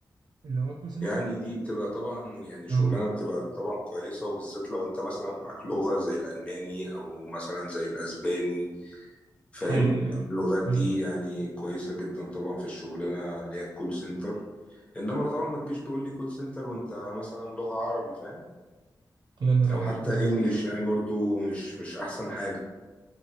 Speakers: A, on the right; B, on the left.
A: اللي هو الكول سنتر
B: يعني دي بتبقى طبعا يعني شغلانة
A: أه
B: بتبقى طبعا كويسة وبالذات لو انت مثلا معاك لغة زي الألماني أو مثلا زي الأسباني فاهم
A: حقيقي أه
B: اللغات دي
A: أه
B: يعني كويسة جدا طبعا في الشغلانة اللي هي الكول سنتر انما طبعا ما تجيش تقول لي كول سنتر وانت مثلا لغة عربي فاهم
A: الله ينور
B: او
A: عليك
B: حتى
A: بالظبط
B: انجليش يعني برضو مش مش احسن حاجة